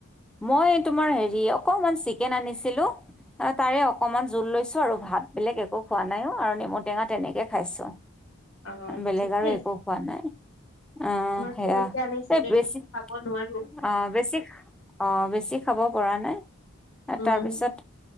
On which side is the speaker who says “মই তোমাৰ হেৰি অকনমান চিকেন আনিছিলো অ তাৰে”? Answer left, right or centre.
Centre